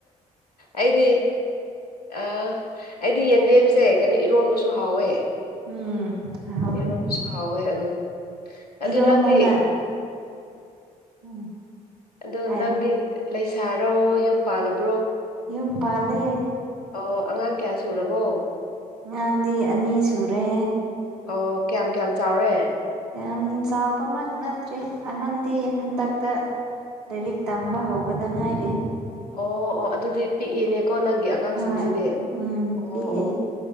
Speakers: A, on the left; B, on the right.
A: ꯑꯩꯗꯤ ꯑ ꯑꯩꯗꯤ ꯌꯦꯟꯗꯦꯝꯁꯦ ꯀꯩꯅꯣ ꯏꯔꯣꯟꯕꯁꯨ ꯍꯥꯎꯋꯦ
B: ꯎꯝ ꯍꯥꯎꯕꯅꯦ
A: ꯏꯔꯣꯟꯅꯁꯨ ꯍꯥꯎꯋꯦ ꯎꯝ ꯑꯗꯨ
B: ꯏꯔꯣꯝꯕꯅ
A: ꯅꯪꯗꯤ
B: ꯎꯝ
A: ꯑꯗꯣ
B: ꯍꯥꯏꯔꯣ
A: ꯅꯪꯗꯤ ꯂꯩꯁꯥꯔꯣ ꯌꯨꯝ ꯄꯥꯜꯂꯕ
B: ꯌꯨꯝ ꯄꯂꯦ
A: ꯑꯣ ꯑꯉꯥꯡ ꯀꯌꯥ ꯁꯨꯔꯕꯣ
B: ꯑꯉꯥꯡꯗꯤ ꯑꯅꯤ ꯁꯨꯔꯦ
A: ꯑꯣ ꯀꯌꯥꯝ ꯀꯌꯥꯝ ꯆꯥꯎꯔꯦ
B: ꯌꯥꯝ ꯆꯥꯎꯕꯃꯛ ꯅꯠꯇ꯭ꯔꯦ ꯑꯍꯟꯗꯤ ꯍꯟꯗꯛꯇ ꯂꯥꯏꯔꯤꯛ ꯇꯝꯕ ꯍꯧꯕꯗ ꯉꯥꯏꯔꯦ
A: ꯑꯣ ꯑꯣ ꯑꯗꯨꯗꯤ ꯄꯤꯛꯏꯅꯦꯀꯣ ꯅꯪꯒꯤ ꯑꯉꯥꯡꯁꯤꯡꯁꯤꯗꯤ
B: ꯍꯣꯏ ꯎꯝ
A: ꯑꯣ
B: ꯄꯤꯛꯏ
A: ꯑꯣ ꯑꯣ